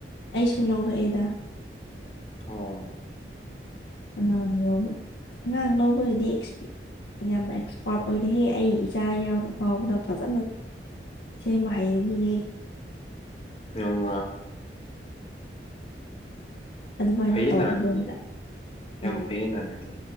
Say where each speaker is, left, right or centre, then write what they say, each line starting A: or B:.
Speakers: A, on the left; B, on the left.
A: ꯑꯩꯁꯨ ꯂꯧꯔꯛꯑꯦꯗ
B: ꯑꯣ
A: ꯑꯉꯥꯡ ꯂꯥꯎꯕ ꯑꯉꯥꯡ ꯂꯥꯎꯕꯒꯤꯗꯤ ꯑꯦꯛꯁꯄꯤ ꯌꯥꯝꯅ ꯑꯦꯛꯁꯄꯥꯔꯠ ꯑꯣꯏꯔꯍꯦ ꯑꯩ ꯏꯆꯥ ꯌꯥꯎꯔ ꯐꯥꯎꯕꯗ ꯐꯖꯅ ꯁꯤ ꯃꯥꯍꯤꯅꯤꯌꯦ
B: ꯑ ꯋꯥ
A: ꯑꯗꯨꯃꯥꯏꯅ
B: ꯐꯩꯌꯦ
A: ꯇꯧꯕꯗꯣ
B: ꯅꯥ ꯑꯗꯨꯗꯤ
A: ꯍꯦꯛꯇ
B: ꯌꯥꯝ
A: ꯎꯝ
B: ꯐꯩꯌꯦ ꯅꯥ ꯑꯗꯨꯗꯤ